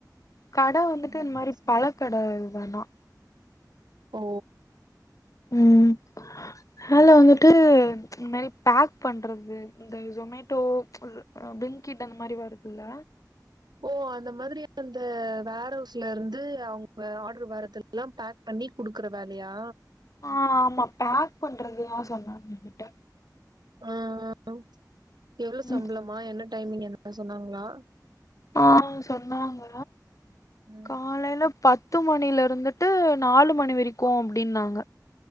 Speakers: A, on the left; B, on the right.
A: கட வந்துட்டு
B: ம்
A: இந்
B: என்ன
A: மாரி
B: சொன்னாங்க
A: பழ கட இது தானா
B: ஓ
A: ம் வேல வந்துட்டு இந் மாரி பேக் பண்றது இந்த ஜொமேட்டோ அ பில்ங்க்கிட் அந்த மாரி வருதுல்ல
B: ஓ அந்த மாதிரி அந்த வேர்ஹவுஸ்லர்ந்து அவுங்க ஆட்ரு வரதெல் லா பேக் பண்ணி குடுக்கற வேலையா
A: ஆ ஆமா பேக் பண்றது தா சொன்னாங்க எங்கிட்ட
B: ஆ ஆ எவ்ளோ
A: ம்.
B: சம்பளமா என்ன டைமிங் என்ன சொன்னாங்ளா
A: ஆ சொன்னாங்க
B: ம்
A: காலையில பத்து மணிலருந்துட்டு நாலு மணி வரிக்கு அப்டின்னாங்க